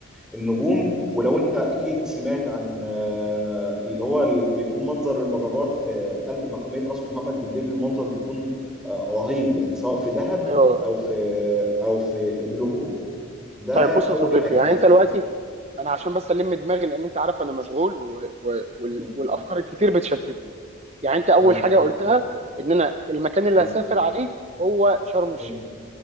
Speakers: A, in the centre; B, on the right (about 30°).
A: النجوم ولو انت اكيد سمعت عن آه، اللي هو اللي بيكون منظر المجرات في قلب محمية راس محمد بالليل المنظر بيكون آه، رهيب
B: م.
A: يعني سواء في دهب
B: ايوه
A: او في او في البلو هول ده
B: طيب بص
A: اول
B: يا صديقي
A: حاجة
B: يعني
A: انا
B: انت دلوقتي انا عشان بس الم دماغي لان انت عارف انا مشغول و... و... وال...
A: مم.
B: والافكار الكتير بتشتتني يعني انت اول
A: تمام
B: حاجه قلتها ان انا المكان اللي
A: مم.
B: هسافر عليه هو شرم الشيخ
A: مم.